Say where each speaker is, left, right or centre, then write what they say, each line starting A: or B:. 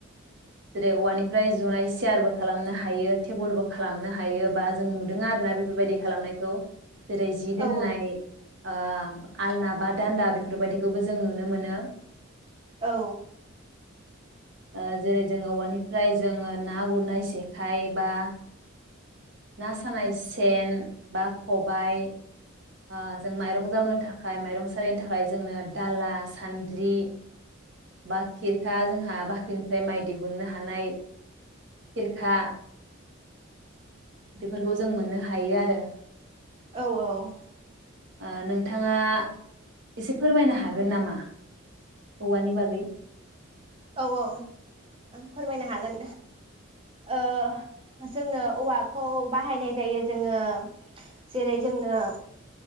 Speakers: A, on the right; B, on the right.
A: जेरै औवानिफ्राय जनाय चियारबो खालामनो हायो टेबोलबो खालामनो हायो बा जों नुदों आरो ना बेफोरबायदि खालामनायखौ, जेरै जि
B: औ
A: दोननारि ओ आलना बा दान्दा बेफोरबायदिखौबो जों नुनो मोनो
B: औ
A: ओ जेरै जोंङो औवानिफ्राय जोङो ना गुरनाय जेखाइ बा ना सानाय सेन बा खबाय ओ जों माइरं जावनो थाखाय माइरं सालिनो थाखाय जोंनो दाला सान्द्रि बा खिरखा जोंहा बाख्रिनिफ्राय माइ दिहुननो हानाय खिरखा बेफोरखौ जों मोननो हायो आरो।
B: औ औ अह
A: ओ नोंथाङा एसे फोरमायनो हागोन नामा औवानि बागै?
B: औ औ फोरमायनो हागोन ओ जोंनो औवाखौ बाहायनाय जायो जोङो जेरै जोंनो